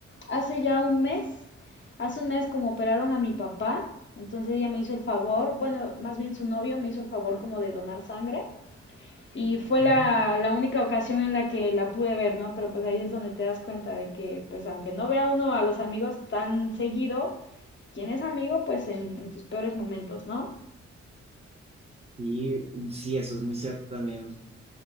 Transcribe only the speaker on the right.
Ah,
Sí, sí, eso es muy cierto también.